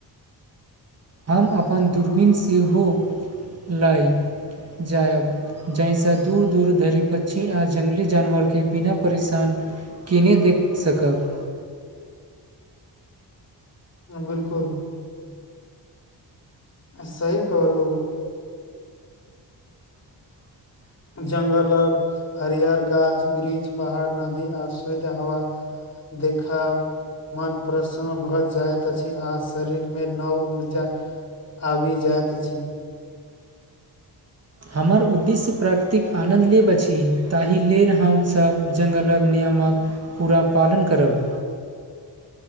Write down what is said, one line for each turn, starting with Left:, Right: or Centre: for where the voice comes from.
Right: हम अपन दूरबीन सेहो लऽ जायब जाहिसँ दूर दूर धरि पक्षी आ जङ्गली जानवरके बिना परेशान के नहि देख सकब
Left: बिलकुल सही कहलु
Right: ह
Left: जंगलक हरियर गाछ वृक्ष पहाड़ नदी आ शुद्ध हवा देखब मन प्रसन्न भऽ जाइत अछि आ शरीर मे नव ऊर्जा आबि जाइत अछि
Right: हमर उद्देश्य प्राकृतिक आनन्द लेब अछि ताहि लेल हम सभ जङ्गलक नियमक पूरा पालन करब